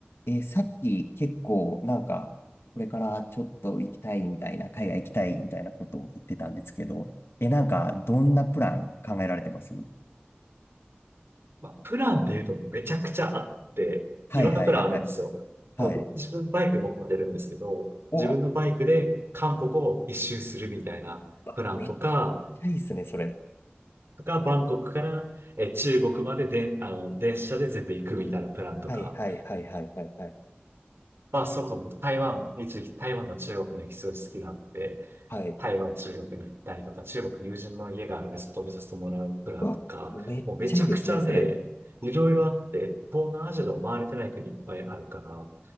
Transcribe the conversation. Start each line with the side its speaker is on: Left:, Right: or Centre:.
Left: えーさっき結構なんか、これからちょっと行きたいみたいな、海外行きたいみたいなことを言ってたんですけど、えなんか、どんなプラン考えられてます
Right: まあ、プランっていうとめちゃくちゃあって、
Left: はいはいはいはい。
Right: いろんなプランあるんですよ。この自分バイク乗ってるんですけど、
Left: はい。お、
Right: 自分のバイクで韓国を一周するみたいなプランとか、
Left: うわめっちゃいいですね、それ。
Right: がバンコクからえー中国までで、あの、電車で全部行くみたいなプランとか、
Left: はいはいはいはいはいはい。
Right: まあ、そもそも台湾について、台湾の中国の歴史が好きなんで、
Left: はい。
Right: 台湾、中国に行ったりとか、中国の友人の家があるので、外見させてもらうプランとか、
Left: うわ、めっちゃいいですね、
Right: もうめちゃくちゃね、
Left: それ。
Right: いろいろあって、東南アジアでも回れてない国いっぱいあるから、フ